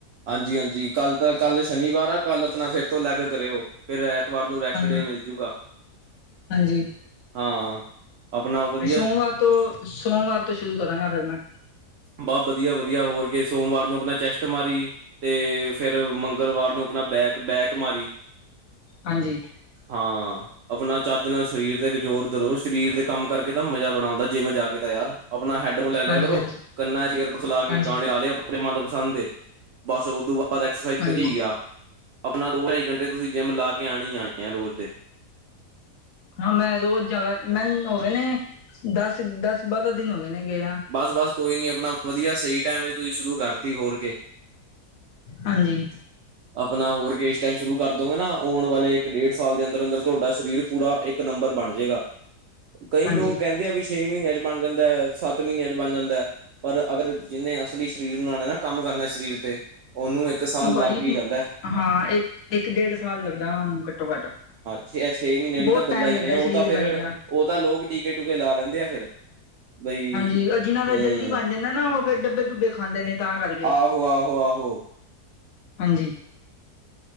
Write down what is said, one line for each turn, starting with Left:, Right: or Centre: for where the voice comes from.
Right: ਹਾਂਜੀ ਹਾਂਜੀ ਕੱਲ ਤਾਂ ਕੱਲ ਸ਼ਨੀਵਾਰ ਆ ਕੱਲ ਆਪਣਾ ਫਿਰ ਤੋਂ ਅਲੱਗ ਕਰਿਓ। ਫਿਰ ਐਤਵਾਰ ਨੂੰ ਰੈਸਟ
Left: ਹਾਂ
Right: ਡੇ ਮਿਲਜੂਗਾ,
Left: ਹਾਂਜੀ
Right: ਹਾਂ। ਆਪਣਾ ਵਧੀਆ
Left: ਮੈ ਸੋਮਵਾਰ ਤੋਂ, ਸੋਮਵਾਰ ਤੋਂ ਸ਼ੁਰੂ ਕਰਾਂਗਾ ਫੇਰ ਮੈਂ।
Right: ਬਹੁ ਵਧੀਆ ਵਧੀਆ ਹੋਰ ਗਏ ਸੋਮਵਾਰ ਨੂੰ ਆਪਣਾ ਚੈਸਟ ਮਾਰੀ ਤੇ, ਫਿਰ ਮੰਗਲਵਾਰ ਨੂੰ ਆਪਣਾ ਬੈਕ ਪੇਕ ਮਾਰੀ।
Left: ਹਾਂਜੀ।
Right: ਹਾਂ। ਆਪਣਾ ਚੱਜ ਨਾਲ ਸਰੀਰ ਤੇ ਇੱਕ ਜ਼ੋਰ ਦਰੋ ਸਰੀਰ ਦੇ ਕੰਮ ਕਰਕੇ ਤਾਂ ਮਜ਼ਾ ਬੜਾ ਆਉਂਦਾ, ਜਿੰਮ ਜਾ ਕੇ ਤਾਂ ਯਾਰ। ਆਪਣਾ ਹੈਡਫੋਨ ਲੈ ਲਿਆ
Left: ਹਾਂਜੀ
Right: ਕਰੋ,
Left: ਹਾਂਜੀ
Right: ਕੰਨਾਂ 'ਚ' ਏਅਰਬਡਸ ਲਾਕੇ
Left: ਹਾਂਜੀ
Right: ਗਾਣੇ ਲਾ ਲਾਲੇ ਆਪੇ ਮਦਪਸੰਦ ਦੇ, ਬਸ ਉਹ ਤੋਂ ਬਾਅਦ ਐਕਸਰਸਾਈਜ਼
Left: ਹਾਂਜੀ
Right: ਕਰੀ ਗਿਆ। ਆਪਣਾ ਦੋ ਢਾਈ ਘੰਟੇ ਤੁਸੀਂ ਜਿੰਮ ਲਾ ਕੇ ਆਣੀ ਹੀ ਆਣੀ ਆ ਰੋਜ਼ ਦੇ।
Left: ਹਾਂ ਮੈਂ ਰੋਜ਼ ਜਾ ਮੈਂ ਹੋ ਗਏ ਨੇ, ਦਸ ਦਸ ਬਾਰਾਂ ਦਿਨ ਹੋ ਗਏ ਨੇ ਗਏ ਆਂ।
Right: ਬਸ ਬਸ ਕੋਈ ਨੀ ਆਪਣਾ ਵਧੀਆ ਸਹੀ ਟਾਈਮ ਤੁਸੀਂ ਸ਼ੁਰੂ ਕਰਤੀ ਹੋਰ ਕੇ।
Left: ਹਾਂਜੀ।
Right: <unintelligible> ਆਪਣਾ ਹੋਰ ਕੇ ਇਸ ਟਾਈਮ ਸ਼ੁਰੂ ਕਰ ਦੋਂਗੇ ਨਾ, ਆਉਣ ਵਾਲੇ ਇੱਕ ਡੇਢ ਸਾਲ ਦੇ ਅੰਦਰ ਅੰਦਰ ਤੁਹਾਡਾ ਸਰੀਰ ਪੂਰਾ ਇੱਕ ਇੱਕ ਨੰਬਰ ਬਣ ਜੇਗਾ, ਕਈਂ
Left: ਹਾਂਜੀ
Right: ਲੋਕ ਕਹਿੰਦੇ ਆ ਵੀ ਛੇ ਮਹੀਨਿਆਂ ਚ ਬਣ ਜਾਂਦੈ, ਸੱਤ ਮਹੀਨਿਆਂ ਚ ਬਣ ਜਾਂਦੈ। ਪਰ ਅਗਰ ਜਿਹਨੇ ਅਸਲੀ ਸਰੀਰ ਬਣਾਣੈ ਨਾ, ਕੰਮ ਕਰਨਾ ਸਰੀਰ ਤੇ, ਉਹਨੂੰ ਸਾਲ
Left: ਉਹ ਭਾਜੀ
Right: ਲੱਗ ਹੀ ਜਾਂਦਾ
Left: ਹਾਂ, ਇੱਕ- ਇੱਕ ਡੇਢ ਸਾਲ ਲੱਗਦਾ ਉਹਨਾਂ ਨੂੰ ਘੱਟੋ ਘੱਟ।
Right: ਛੇ-ਛੇ ਮਹੀਨੇ ਵਾਲੀ
Left: ਬਹੁਤ
Right: ਤਾਂ ਗੱਲਾਂ
Left: ਟਾਈਮ
Right: ਹੀ
Left: ਲੱਗਦਾ
Right: ਨੇ, ਉਹ
Left: ਸਰੀਰ
Right: ਤਾਂ ਫਿਰ
Left: ਬਣਦਿਆਂ
Right: ਉਹ ਤਾਂ ਲੋਕ ਟੀਕੇ ਟੂਕੇ ਲਾ ਲੈਂਦੇ ਆ ਫਿਰ, ਬਈ।
Left: ਜਿਨਾ ਦਾ
Right: ਹਮ
Left: ਜਲਦੀ ਬਣ ਜਾਂਦੈ ਨਾ, ਉਹ ਫਿਰ ਡੱਬੇ ਡੁੱਬੇ ਖਾਂਦੇ ਨੇ, ਤਾਂ ਕਰਕੇ।
Right: ਆਹੋ-ਆਹੋ-ਆਹੋ।
Left: ਹਾਂਜੀ।